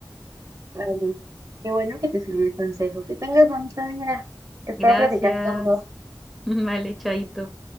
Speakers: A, on the right (about 45°); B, in the centre.
A: Vale. Qué bueno que te sirvió el consejo. Que tengas bonita mañana. Espero
B: Gracias.
A: platicar pronto.
B: <laughs> Vale, chaito.